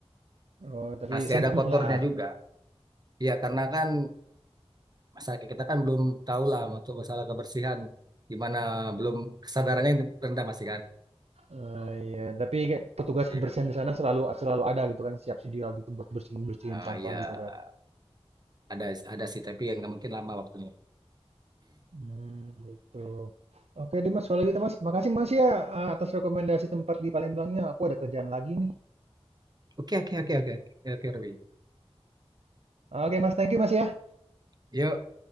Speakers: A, on the right (about 75°); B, on the right (about 40°).
A: Oh, tapi
B: Masih
A: sedang
B: ada kotornya
A: lah.
B: juga. Iya, karena kan masyarakat kita kan belum tahu lah untuk masalah kebersihan. Gimana belum kesadarannya rendah masih kan.
A: Eh, iya, tapi kayak petugas
B: Iya.
A: kebersihan di sana selalu selalu ada gitu kan, siap sedia gitu buat bersihin bersihin
B: Ah,
A: sampah
B: ya
A: gitu kan.
B: ada ada sih tapi yang nggak mungkin lama waktunya.
A: Mmm, gitu. Oke deh Mas, kalau gitu Mas. Makasih Mas ya, eee, atas rekomendasi tempat di Palembangnya, aku ada kerjaan lagi nih.
B: Oke oke oke oke oke oke Ruby.
A: Oke Mas, thank you Mas ya.
B: Yuk.